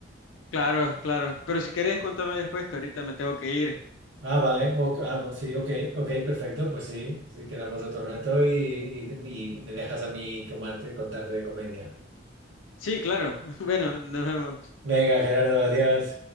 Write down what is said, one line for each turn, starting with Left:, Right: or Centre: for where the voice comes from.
Left: claro, claro. Pero si querés, contame después, que ahorita me tengo que ir.
Right: Ah, vale. ok, ah, pues sí, ok, ok, perfecto. Pues sí, sí, quedamos otro rato y, y- y me dejas a mí comarte- contarte de comedia.
Left: Sí, claro. <laughs> Bueno, nos vemos.
Right: Venga, Gerardo, adiós.